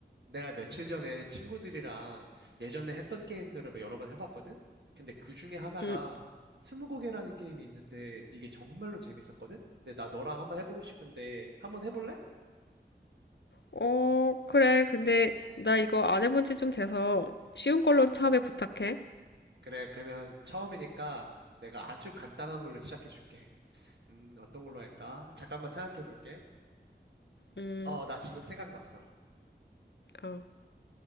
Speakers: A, on the right; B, on the left.
A: 내가 며칠 전에 친구들이랑 예전에 했던 게임들을 막 여러 번 해봤거든? 근데 그 중에 하나가
B: 음,
A: 스무고개라는 게임이 있는데 이게 정말로 재밌었거든? 근데 나 너랑 한번 해보고 싶은데 한번 해볼래?
B: 어, 그래. 근데 나 이거 안 해본 지 좀 돼서 쉬운 걸로 처음에 부탁해.
A: 그래, 그러면 처음이니까 내가 아주 간단한 걸로 시작해줄게. 음, 어떤 걸로 할까? 잠깐만 생각해볼게.
B: 음,
A: 어, 나 지금 생각났어.
B: 어,